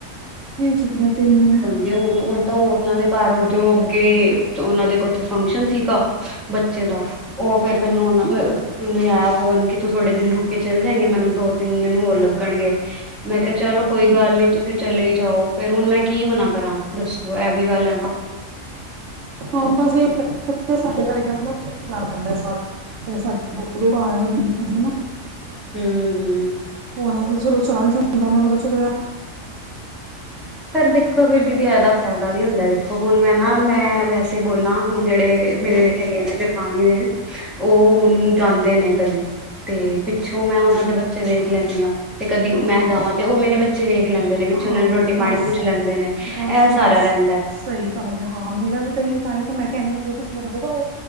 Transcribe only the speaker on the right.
ਤੇ ਛੁੱਟੀਆਂ ਤਿੰਨ ਦਿਨ
ਹਾਂ ਬਸ ਵੀ ਪਤੇ ਸਾਡੇ ਬਾਰੇ ਗੱਲ ਨਾ ਦੇਖਣਾ ਪੈਂਦਾ ਸ ਜਿਹੜੇ ਸਾਡੇ ਦੋ ਦੋ ਘਰ ਵਾਲੇ ਬੰਦੇ ਨੇ ਨਾ
<unintelligible>
ਹਾਂ
ਹਾਂ
ਬਸ
ਬਸ
ਬਸ
ਸਹੀ ਗੱਲ ਐ, ਹਾਂ ਮੇਰਾ ਵੀ ਤੇ ਐ ਈਓ ਤਾਂਹੀ ਤਾਂ ਮੈਂ ਕਹਿੰਨੀ ਹਾ ਚਲੋ ਤੁਸੀਂ ਫੇਰ ਰਹੋ,